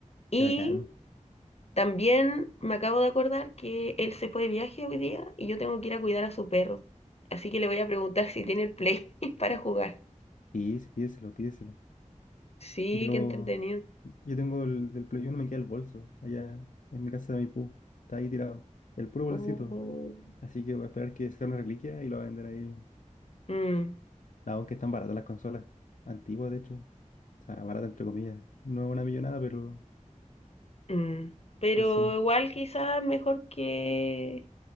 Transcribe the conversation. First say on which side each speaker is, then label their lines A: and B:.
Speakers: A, on the left; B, on the left.
A: y
B: Qué bacán.
A: También me acabo de acordar que él se fue de viaje hoy día y yo tengo que ir a cuidar a su perro. Así que le voy a preguntar <laughs> si tiene el play <laughs> para jugar.
B: Sí, sí, pídeselo, pídeselo.
A: Sí,
B: Yo,
A: qué entretenido.
B: yo tengo el del Play Uno me queda el bolso, allá en mi casa de mi pu. Está ahí tirado. El puro bolsito.
A: Uh,
B: Así que voy a esperar que sea una reliquia y lo voy a vender ahí.
A: mm,
B: Aunque están baratas las consolas. Antiguas, de hecho. O sea, barata entre comillas. No una millonada, pero,
A: mm. Pero
B: pero sí.
A: igual quizás mejor que...